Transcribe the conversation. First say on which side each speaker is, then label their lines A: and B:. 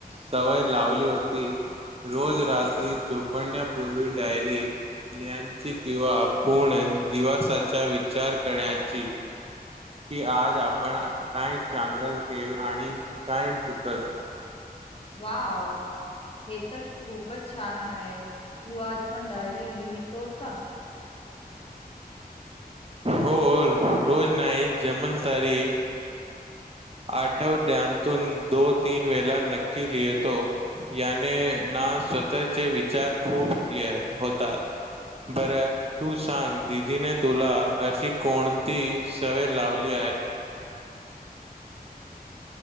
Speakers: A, on the right; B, on the left.
A: सवय लावली होती रोज रात्री झोपण्यापूर्वी डायरी लिहण्याची किंवा पूर्ण दिवासाचा विचार करण्याची. कि आज आपण काय चांगल केल आणि काय चुकल.
B: वाव हे तर खूपच छान आहे. तू आज पण डायरी लिहितोस का?
A: हो रोज नाही जमल तरी. आठव द्यातून दो तीन, वेला नक्की लिहेतो याने ना. आ स्वतः चे विचार खूप क्लिअर होतात. बरं तू सांग दिदीने तुला अशी कोणती सवय लावली आहे
B: <inaudible>